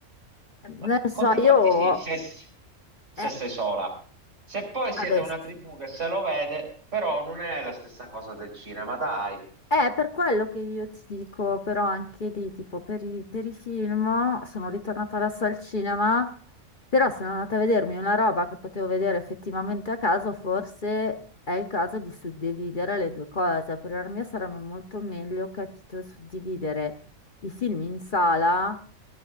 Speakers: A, on the left (about 45°); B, on the right (about 65°).
A: Eh, Non
B: Ma
A: lo so,
B: conti
A: io...
B: fatti sì, se, se
A: eh,
B: sei sola. Se poi siete
A: vabbè,
B: una
A: sì,
B: tribù che se lo vede, però non è la stessa cosa del cinema, dai.
A: È per quello che io ti dico, però anche lì, tipo, per i, per i film sono ritornata adesso al cinema, però sono andata a vedermi una roba che potevo vedere effettivamente a caso, forse è il caso di suddividere le due cose. Per la mia sarebbe molto meglio, capito, suddividere i film in sala